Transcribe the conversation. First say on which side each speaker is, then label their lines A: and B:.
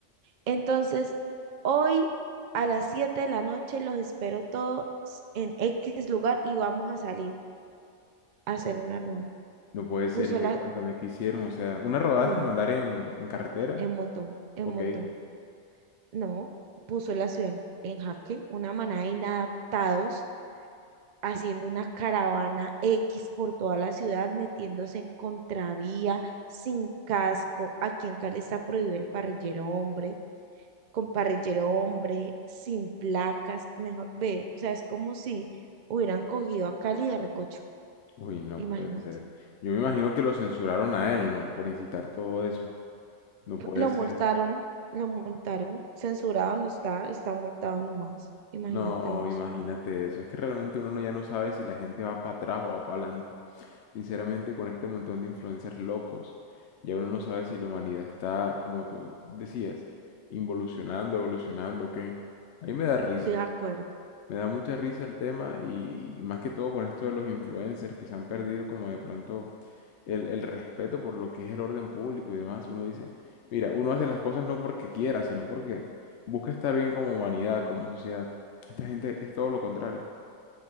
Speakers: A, on the right (about 60°); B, on the left (about 70°).
A: Entonces, hoy a las 7 de la noche los espero todos en X lugar y vamos a salir a hacer una rueda.
B: No puede ser,
A: Puso
B: y que
A: la,
B: cuéntame qué hicieron. O sea, una rodada
A: no,
B: es como andar en, en carretera.
A: en moto, en
B: Ok.
A: moto, no, puso la ciudad en jaque, una manada de inadaptados haciendo una caravana X por toda la ciudad, metiéndose en contravía, sin casco. Aquí en Cali está prohibido el parrillero, hombre. con parrillero hombre, sin placas, mejor, ve, o sea, es como si hubieran cogido a Cali de recocho,
B: Uy, no
A: imagínate.
B: puede ser. Yo me imagino que lo censuraron a él, ¿no? Por incitar todo eso. No puede
A: Lo
B: ser.
A: multaron, lo multaron, censurado no está, está multado nomás, imagínate
B: No,
A: vos.
B: imagínate eso. Es que realmente uno no- ya no sabe si la gente va para atrás o va para adelante. Sinceramente, con este montón de influencers locos, ya uno no sabe si la humanidad está, como tú decías, involucionando, evolucionando, o qué. A mí me da risa,
A: De acuerdo,
B: me da mucha risa el tema y, y más que todo con esto de los influencers que se han perdido como de pronto el, el respeto por lo que es el orden público y demás. Uno dice, mira, uno hace las cosas no porque quiera, sino porque busca estar bien como humanidad, como sociedad. Esta gente es todo lo contrario,